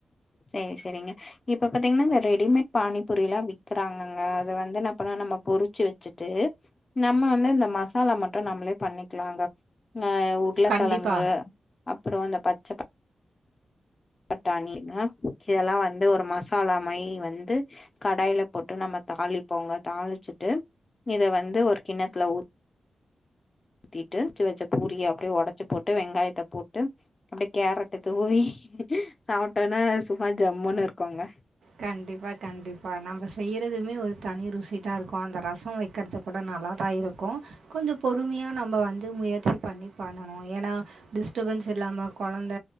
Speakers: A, on the left; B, on the right.
A: சேர் செரிங்க இப்ப பாத்தீங்ன்னா இந்த ரெடிமேட் பானிபூரியெல்லா விக்கறாங்கங்க அது வந்து என்ன பா நம்ம பொறிச்சு வெச்சுட்டு நம்ம வந்து இந்த மசாலா மட்டு நம்மளே பண்ணிக்கலாங்க அ உருளக்கெழங்கு
B: கண்டிப்பா.
A: அப்புறோ இந்த பச்சப் பட்டாணி இதெல்லா வந்து ஒரு மசாலா மாயி வந்து கடாயில போட்டு நம்ம தாளிப்போங்க தாளிச்சுட்டு இத வந்து ஒரு கிண்ணத்துல ஊ த்திட்டு பொறிச்சு வெச்ச பூரிய அப்டே ஒடச்சு போட்டு வெங்காயத்த போட்டு அப்டே கேரட்ட தூவி சாப்ட்டோனா சும்மா ஜம்முன்னு இருக்கோங்க
B: கண்டிப்பா கண்டிப்பா நம்ம செய்யறதுமே ஒரு தனி ருசிதா இருக்கு அந்த ரசோ வெய்க்கற்து கூட நல்லாதா இருக்கு கொஞ்சோ பொறுமையா நம்ம வந்து முயற்சி பண்ணி பண்ணணு ஏனா டிஸ்டபன்ஸ் இல்லாம கொழந்த